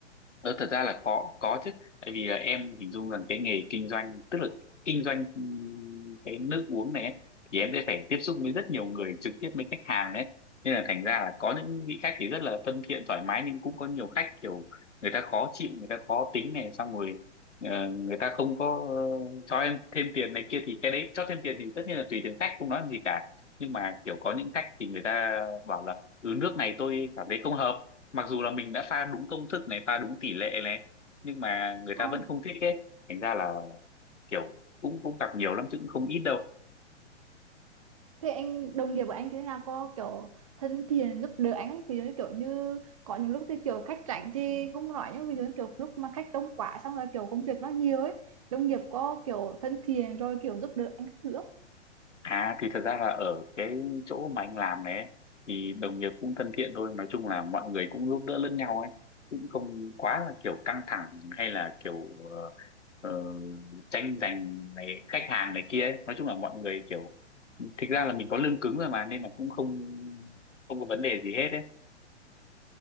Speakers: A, on the left (about 85°); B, on the right (about 30°).
A: Đó, thật ra là khó có chứ tại vì là em hình dung rằng cái nghề kinh doanh tức là kinh doanh ừm, cái nước uống này ấy, thì em sẽ phải tiếp xúc với rất nhiều người trực tiếp với khách hàng đấy nên là thành ra là có những vị khách thì rất là thân thiện thoải mái nhưng cũng có nhiều khách kiểu người ta khó chịu người ta khó tính này xong rồi ờ, người ta không có ờ, cho em thêm tiền này kia thì cái đấy cho thêm tiền thì tất nhiên là tùy từng khách không nói làm gì cả nhưng mà kiểu có những khách thì người ta bảo là ừ nước này tôi cảm thấy không hợp mặc dù là mình đã pha đúng công thức này pha đúng tỷ lệ này nhưng mà người
B: Ờ.
A: ta vẫn không thích ấy thành ra là kiểu cũng cũng gặp nhiều lắm chứ cũng không ít đâu
B: thế anh đồng nghiệp của anh thì thế nào có kiểu thân thiện giúp đỡ anh không ví dụ như kiểu như có những lúc thì kiểu khách rảnh thì không nói nhưng ví dụ như kiểu lúc mà khách đông quá xong rồi kiểu công việc nó nhiều ấy đồng nghiệp có kiểu thân thiện rồi kiểu giúp đỡ anh các thứ không
A: à thì thật ra là ở cái chỗ mà anh làm này ấy, thì đồng nghiệp cũng thân thiện thôi nói chung là mọi người cũng giúp đỡ lẫn nhau ấy cũng không quá là kiểu căng thẳng hay là kiểu ờ, ờ, tranh giành này khách hàng này kia ấy. nói chung là mọi người kiểu thực ra là mình có lương cứng rồi mà nên là cũng không không có vấn đề gì hết ấy